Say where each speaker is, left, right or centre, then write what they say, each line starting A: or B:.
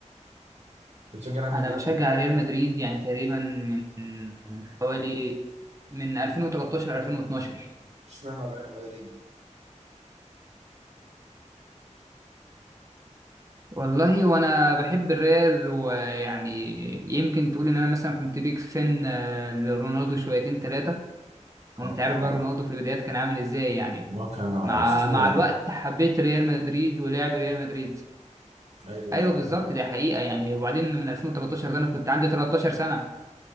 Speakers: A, on the right; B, on the right.
A: انت بتشجع ريال
B: انا
A: مدريد
B: بشجع
A: امتى
B: ريال مدريد يعني تقريبا من حوالي من 2013 2012
A: اشمعنى بقى ريال مدريد
B: والله وانا بحب الريال ويعني يمكن تقول ان انا مثلا كنت بيك فان آه، لرونالدو شويتين ثلاثه وانت
A: اه
B: عارف بقى رونالدو في البدايات كان عامل ازاي يعني
A: هو كان
B: مع
A: اسطوره
B: مع الوقت
A: يعني
B: حبيت ريال مدريد ولعب ريال مدريد
A: ايوه
B: ايوه
A: ايوه
B: بالظبط
A: فاهم
B: دي حقيقه يعني وبعدين من 2013 ده انا كنت عندي 13 سنه